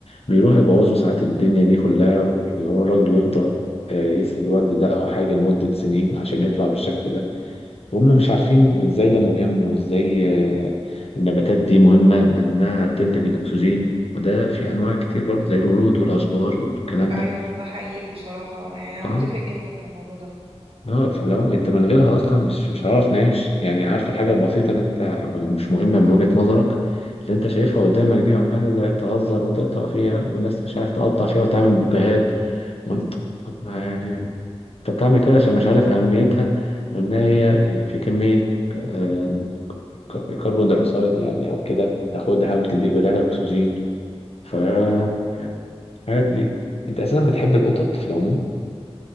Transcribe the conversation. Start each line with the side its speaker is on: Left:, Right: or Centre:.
Left: بيروح يبوظوا ساعات الدنيا دي كلها اللي هو الراجل بيفضل آه، يسقي الورد ده أو حاجة لمدة سنين عشان يطلع بالشكل ده وهم مش عارفين ازاي ده مهم وازاي آه، النباتات دي مهمة لأنها تنتج الأكسجين وده في أنواع كتير برضه زي الورود والأشجار والكلام
Right: ايوه
Left: ده
Right: ده حقيقي بصراحة يعني انا
Left: اه
Right: اتفق جدا مع الموضوع ده
Left: اه فلو انت من غيرها اصلا مش مش هعرف نعيش يعني عارف الحاجه البسيطه اللي انت او اللي مش مهمه من وجهه نظرك اللي انت شايفها قدامك دي وعمال تهزر وتقطع فيها والناس مش عارف تقطع فيها وتعمل بوكيهات وانت طب ما يعني انت بتعمل كده عشان مش عارف اهميتها وان هي يعني في كميه آه، ك- كربون دايوكسيد يعني او كده بتاخدها وبتديك بدالها اكسجين ف يعني الحاجات دي انت اساسا بتحب القطط في العموم